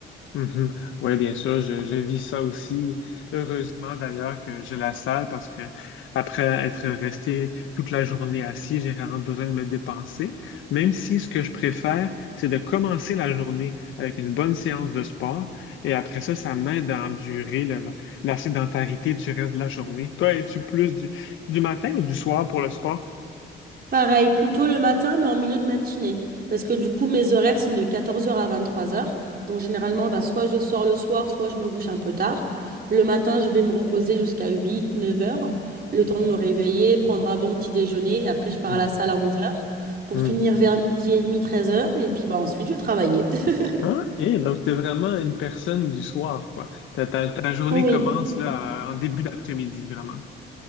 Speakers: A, on the left; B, on the right.
A: Mhm. Oui, bien sûr, je, je vis ça aussi. Heureusement d'ailleurs que j'ai la salle parce que après être resté toute la journée assis, j'ai vraiment besoin de me dépenser. Même si ce que je préfère, c'est de commencer la journée avec une bonne séance de sport et après ça, ça m'aide à endurer le- la, la sédentarité du reste de la journée. Toi, es-tu plus du, du matin ou du soir pour le sport?
B: Pareil, plutôt le matin, mais en milieu de matinée. Parce que du coup, mes horaires sont de 14 heures à 23 heures. Donc généralement, bah, soit je sors le soir, soit je me couche un peu tard. Le matin, je vais me reposer jusqu'à huit, neuf heures, Le temps de me réveiller, prendre un bon petit déjeuner. Et après, je pars
A: Mhm.
B: à la salle à onze heures pour
A: Mhm.
B: finir vers midi et demi, treize heures, Et puis bah, ensuite, je vais travailler. <laughs>
A: Ok, donc t'es vraiment une personne du soir, quoi. Ta, ta- ta journée
B: Oui,
A: commence là, à- en début d'après-midi, vraiment.